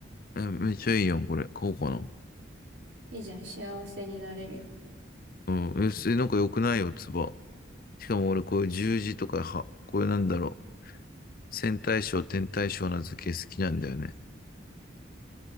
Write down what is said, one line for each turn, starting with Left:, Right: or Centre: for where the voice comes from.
Left: え、めっちゃいいやん、これ。買おうかな。
Right: いいじゃん、幸せになれるよ。
Left: うん。え、それなんか良くないよ、つば。しかも俺、こういう十字とか、は、こういうなんだろう。線対称、点対称な図形好きなんだよね。